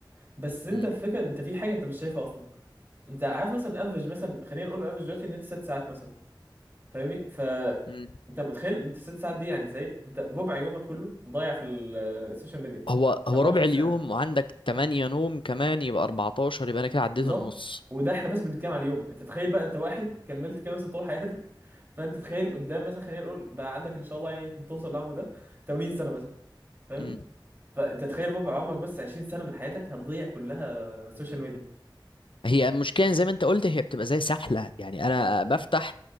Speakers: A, on the right; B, on the left.
A: بس انت
B: مم.
A: الفكره انت في حاجه انت مش شايفها اصلا انت عارف مثلا افرج مثلا خلينا نقول افرج دلوقتي ان انت ست ساعات مثلا فاهمني ف
B: مم.
A: انت متخيل انت ست ساعات دي يعني ازاي انت ربع يومك كله مضيع في ال- السوشيال ميديا
B: هو
A: ال
B: هو
A: 24
B: ربع اليوم
A: ساعه
B: وعندك 8 نوم كمان يبقى 14 يبقى انا كده عديت
A: بالظبط
B: النص
A: وده احنا بس بنتكلم على اليوم انت تخيل بقى انت واحد كملت كده مثلا طول حياتك <laughs> فانت تخيل قدام مثلا خلينا نقول بقى عندك ان شاء الله يعني توصل للعمر ده 80 سنه مثلا فاهمني
B: مم.
A: فانت تخيل ربع عمرك بس 20 سنه من حياتك هتضيع كلها السوشيال ميديا
B: هي المشكله زي ما انت قلت هي بتبقى زي سحله يعني انا بفتح